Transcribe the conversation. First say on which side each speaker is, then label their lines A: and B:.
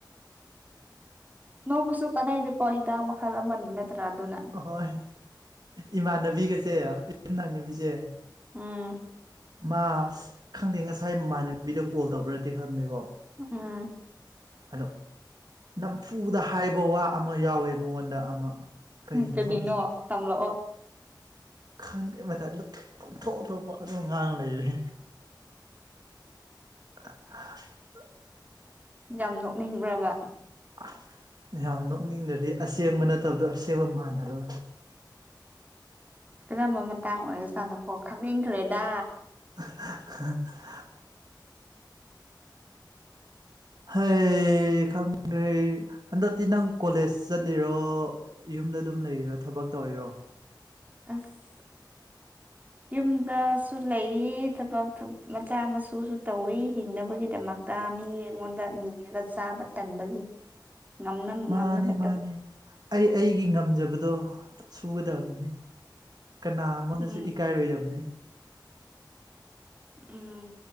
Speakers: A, on the right (about 20°); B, on the right (about 60°).
A: ꯅꯣꯛꯕꯁꯨ ꯀꯥꯅꯩꯗꯀꯣ ꯍꯤꯗꯥꯛ ꯃꯈꯜ ꯑꯃꯅꯤ ꯅꯠꯇ꯭ꯔꯥ ꯑꯗꯨꯅ
B: ꯑꯍꯣꯏ ꯏꯃꯥꯟꯅꯕꯤꯒꯁꯦ ꯌꯨꯝ ꯊꯛꯅꯕꯤꯁꯦ
A: ꯎꯝ
B: ꯃꯥ ꯈꯪꯗꯦ ꯉꯁꯥꯏ ꯏꯃꯥꯟꯅꯕꯤꯗ ꯀꯣꯜ ꯇꯧꯕ꯭ꯔꯗꯤ ꯈꯪꯗꯦꯀꯣ
A: ꯎꯝ
B: ꯑꯗꯣ ꯅꯝꯐꯨꯗ ꯍꯥꯏꯕ ꯋꯥ ꯑꯃ ꯌꯥꯎꯋꯦ ꯃꯉꯣꯟꯗ ꯑꯃ ꯀꯩꯒꯤꯅꯣ
A: ꯀꯔꯤꯅꯣ
B: ꯈꯪꯗꯦ
A: ꯇꯝꯂꯛꯑꯣ
B: ꯈꯪꯗꯦ ꯃꯥꯊꯟꯗ ꯄꯪꯊꯣꯛ ꯊꯣꯛꯄ ꯑꯗꯨꯝ ꯉꯥꯡ ꯂꯩꯔꯦ <unintelligible>
A: ꯌꯥꯝ ꯅꯣꯛꯅꯤꯡꯕ꯭ꯔꯥꯕ
B: <unintelligible> ꯌꯥꯝ ꯅꯣꯛꯅꯤꯡꯗꯗꯤ ꯑꯁꯦꯡꯕ ꯅꯠꯇꯕꯗꯣ ꯑꯁꯦꯡꯕ ꯃꯥꯟꯅꯕ
A: ꯀꯔꯝꯕ ꯃꯇꯥꯡ ꯑꯣꯏꯔꯖꯥꯠꯅꯣꯀꯣ ꯈꯪꯅꯤꯡꯈ꯭ꯔꯦꯗ
B: <unintelligible> ꯍꯩ ꯈꯪꯗ꯭ꯔꯦ ꯍꯟꯗꯛꯇꯤ ꯅꯪ ꯀꯣꯂꯦꯖ ꯆꯠꯂꯤꯔꯣ ꯌꯨꯝꯗ ꯑꯗꯨꯝ ꯂꯩꯔꯤꯔꯣ ꯊꯕꯛ ꯇꯧꯔꯤꯔꯣ
A: ꯑꯁ
B: <inaudible>
A: ꯌꯨꯝꯗꯁꯨ ꯂꯩ ꯊꯕꯛ ꯃꯆꯥ ꯃꯁꯨꯁꯨ ꯇꯧꯋꯤ ꯍꯤꯡꯅꯕꯒꯤꯗꯃꯛ ꯇ ꯃꯤ ꯑꯩꯉꯣꯟꯗ ꯅꯤꯔꯒ ꯆꯥꯕ ꯇꯟꯕꯒꯤ ꯉꯝꯅꯕ
B: ꯃꯥꯅꯦ
A: ꯉꯝꯅꯕ ꯇꯧ
B: ꯃꯥꯅꯦ ꯑꯩ ꯑꯩꯒꯤ ꯉꯝꯖꯕꯗꯣ ꯁꯨꯒꯗꯕꯅꯤ ꯀꯅꯥꯉꯣꯟꯗꯁꯨ
A: ꯎꯝ
B: <unintelligible> ꯏꯀꯥꯏꯔꯣꯏꯗꯕꯅꯤ
A: ꯎꯝ